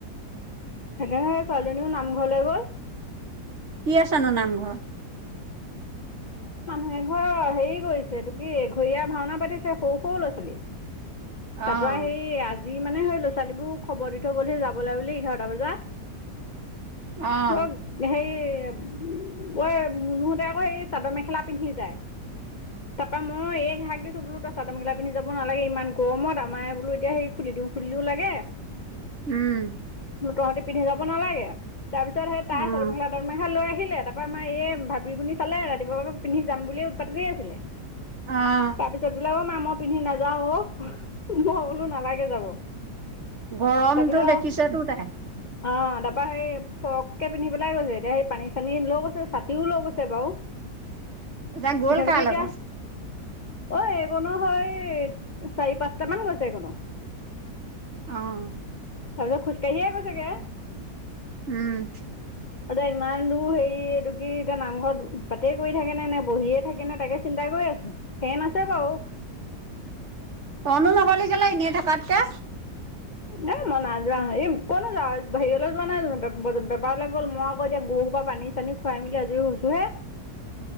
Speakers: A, on the left; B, on the right.
A: সেকাৰনে ছোৱালীজনীও নামঘৰলৈ গ'ল।
B: কি আছানো নামঘৰত। <unintelligible>
A: এ! ঘৰ হেৰি কৰিছে তোক কি এঘৰীয়া ভাওনা পাতিছে সৰু, সৰু ল'ৰা- ছোৱালী। তাৰ
B: অঁ
A: পৰা সেই আজি মানে সেই ল'ৰা ছোৱালীবোৰ খবৰ দি থৈ গ'লহি যাবলৈ বুলি এঘাৰটা বজাত।
B: অঁ
A: তই হেৰি বই মুনুহতে আকৌ এই। চাদৰ মেখেলা পিন্ধি যায়।
B: <inaudible>
A: তাপৰা মই এইক হাক দিছো বোলো তই চাদৰ মেখেলা পিন্ধি যাব নালাগে ইমান গৰমত আমাৰে বোলো এতিয়া হে খুলি দিওঁ। খুলিদিও লাগে।
B: উম
A: বোলো তহতি পিন্ধি যাব নালাগে, তাৰ পিছত সেই তাই
B: অঁ
A: চাদ মেখেলা। ৰ মেখা লৈ আহিলে তাৰপা আমাৰ এই ভাবি গুণি চালে ৰাতিপুৱাৰ পৰা পিন্ধি যাম বুলিয়ে উৎপাত কৈ আছিলে।
B: আ'।
A: তাৰ পিছত বোলে অ' মা মই পিন্ধি নাযাও অ' মই বোলো নালাগে যাব।
B: গৰমতটো
A: তাৰপিছত
B: দেখিছে তো তাই।
A: অ! তাৰাপা সেই ফৰকে পিন্ধি পেলাই গৈছে, এতিয়া সেই পানী- চানী লৈ গৈছে চাতিও লৈ গৈছে বাৰু।
B: এতিয়া গ'ল
A: তথাপিটো
B: কাৰ
A: এতিয়া।
B: লগত
A: অ' এইকণো হয় চাৰি, পাঁচটা মান গৈছে এইকণো।
B: উ'ম।
A: তাৰ পিছত খোজকাঢ়িয়ে গৈছেগে।
B: উ'ম।
A: এতিয়া ইমান দূৰ হেৰি এইটো কি এতিয়া নামঘৰত তাতে কৰি থাকে নে নে বহিয়ে থাকে নে তাকে চিন্তা কৰি আছো, ফেন আছে বাৰু।
B: ত‌ইনো নগলি কেলে এনেই থকাতকৈ।
A: এ! মই নাযোৱা এই কোনো যাওঁ হেৰিয়লৈ যোৱা নাই বেপাৰলৈ গ'ল মই আকৌ এতিয়া গৰু সোপা পৰা পানী পানী খোৱাই মেলি আজৰি হৈছো হে।